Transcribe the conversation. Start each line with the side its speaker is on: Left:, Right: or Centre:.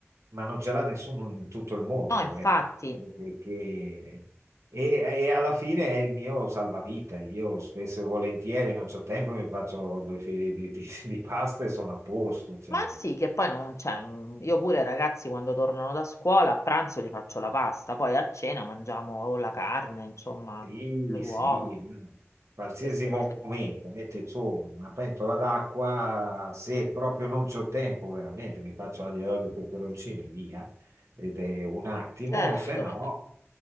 Right: ma non ce l'ha nessuno in tutto il mondo,
Left: no, infatti.
Right: ecco. Che- che- E, e alla fine è il mio salvavita. Io spesso e volentieri non ho tempo, mi faccio due fili di, di- di pasta e sono a posto. Cioè,
Left: Ma sì, che poi non c'è. Io pure, ragazzi, quando tornano da scuola, a pranzo gli faccio la pasta, poi a cena mangiamo o la carne, insomma,
Right: Sì,
Left: le uova,
Right: sì, mm. qualsiasi
Left: queste
Right: momento,
Left: cose.
Right: metti su una pentola d'acqua, se proprio non c'ho tempo, veramente mi faccio aglio e olio e peperoncino e via, ed è un attimo,
Left: Certo.
Right: se no,